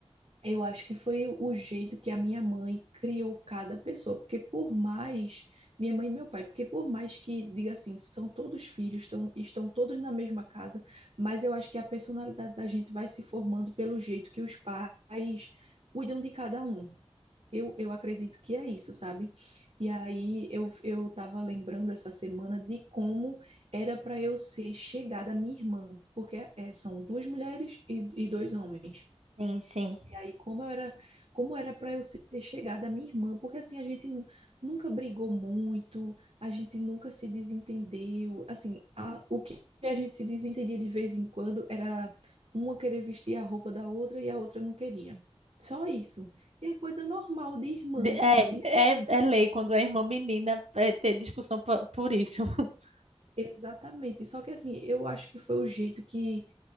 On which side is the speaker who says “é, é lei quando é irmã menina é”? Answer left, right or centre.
Right